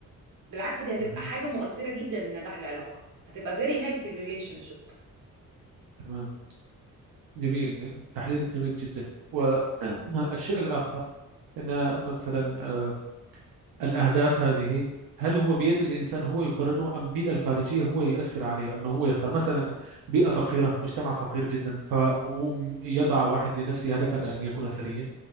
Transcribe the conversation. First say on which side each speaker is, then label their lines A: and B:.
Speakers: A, on the right; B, on the right.
A: بالعكس دي هتبقى
B: مهم.
A: حاجة مؤثرة جدا لنجاح العلاقة هتبقى very healthy relationship
B: تمام جميل تحليلك جميل جدا تمام. والشيء الآخر أننا مثلا آه، الأهداف هذه هل هو بيد الإنسان هو يقرره أم البيئة الخارجية هو يؤثر عليه أنه هو يختار مثلا بيئة فقيرة مجتمع فقير جدا فهو يضع واحد لنفسه هدفا أن يكون ثريا